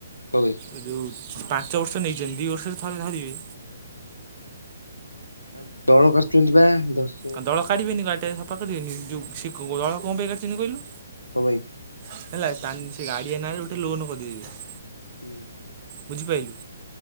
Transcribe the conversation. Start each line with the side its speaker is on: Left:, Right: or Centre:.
Left: କଣ ପାଇଁ?
Right: ଏ ଯୋଉ ପାଞ୍ଚ ବର୍ଷ ନେଇଚ଼ନ୍ତି ଦି ବର୍ଷରେ ଥରେ ଧରିବେ।
Left: ଆ ଦଳ କରଚ଼ନ୍ତି ବା ଦଶ୍
Right: ଆଁ ଦଳ କାଢିବେନି ଗାଡିଟା ସଫା କାରିବେନି ଯୋଉ ସେ ଦଳ କଁ ପାଇଁ କାଢିଛନ୍ତି କହିଲୁ?
Left: କଣ ପାଇଁ।
Right: ହେଲା ତାନ୍ ସେ ଗାଡିଆ ନାରେ ଗୋଟେ ଲୋନ କରିଦେବେ।
Left: ଉୁଁ।
Right: ବୁଝିପାଇଲୁ